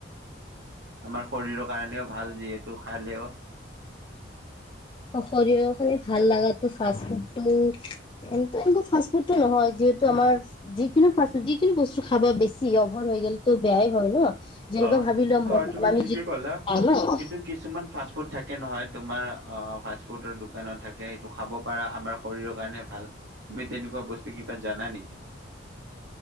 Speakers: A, on the right (about 85°); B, on the left (about 25°).
A: আমাৰ শৰীৰৰ কাৰণেও ভাল যিহেতু হেল্ল'
B: অ শৰ খানি ভাল লাগা ত ফাষ্ট ফুড টো এ এনেকুৱা ফাষ্ট ফুডটো নহয় যিহেতু আমাৰ যিিকোনো ফাষ্টফুড যিিকিনো বস্তু খাবা বেছি অভাৰ হৈ গ'লে তো বেয়াই হয় ন যেনেকুৱা
A: অ
B: ভাবি লোৱা
A: হয় তুমি
B: আমি
A: ঠিকে
B: যদি
A: ক'লা
B: ম'ম' খাওঁ ন
A: কিন্তু কিছুমান ফাষ্ট ফুড থাকে নহয় তোমাৰ আহ ফাষ্ট ফুডৰ দোকানত থাকে সেইটো খাব পাৰা আমাৰ শৰীৰৰ কাৰণে ভাল তুমি তেনেকুৱা বস্তু কিবা জানা নেকি